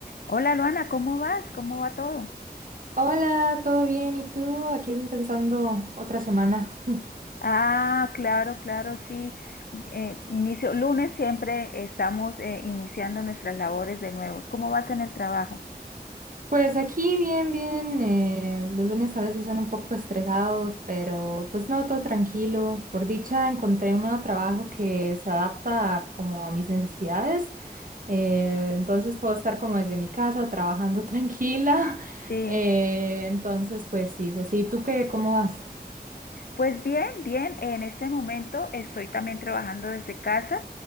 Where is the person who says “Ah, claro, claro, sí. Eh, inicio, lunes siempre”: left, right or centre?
Left